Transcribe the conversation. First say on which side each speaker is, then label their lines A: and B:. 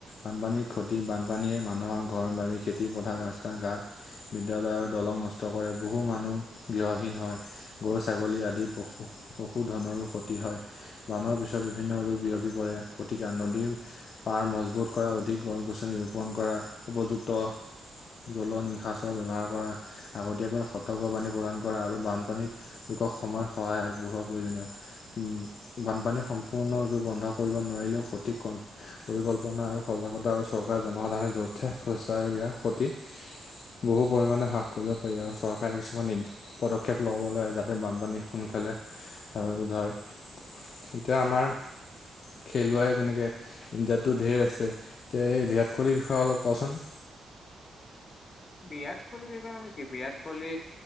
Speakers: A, on the left; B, on the left.
A: বানপানীৰ ক্ষতি বানপানীয়ে মানুহৰ ঘৰ বাৰী খেতিপথাৰ ৰাস্তা ঘাট বিদ্যালয় আৰু দলং নষ্ট কৰে, বহু মানুহ গৃহহীন হয়, গৰু ছাগলী আদি পশু পশুধনৰো ক্ষতি হয়, বানৰ পিছত বিভিন্ন ৰোগ বিয়পি পৰে গতিকে নদীৰ পাৰ মজবুত কৰা অধিক গছ গছনি ৰোপণ কৰা উপযুক্ত জল নিসাচৰ ব্যৱহাৰ কৰা আগতীয়াকৈ সতৰ্ক পানী প্ৰদান কৰা আৰু বানপানীত লোকক সময় সহায় আগবঢ়োৱাৰ প্ৰয়োজনীয়। উম, বানপানী সম্পূৰ্ণৰূপে বন্ধ কৰিব নোৱাৰিলেও সঠিক ক পৰিকল্পনা আৰু সজাগতা আৰু চৰকাৰে জনসাধাৰণে যথেষ্ট <unintelligible> ইয়াৰ ক্ষতি বহু পৰিমাণে হ্ৰাস কৰিব পাৰি আৰু চৰকাৰে কিছুমান নিদ পদক্ষেপ ল'ব লাগে যাতে বানপানী সোনকালে ৰোধ হয়। এতিয়া আমাৰ খেলুৱৈ যেনেকে ইণ্ডিয়াতো ধেৰ আছে এতিয়া এই বিৰাট কোহলিৰ বিষয়ে
B: উম
A: অলপ কচোন?
B: বিৰাট কোহলি বিষয়ে মানে কি বিৰাট কোহলি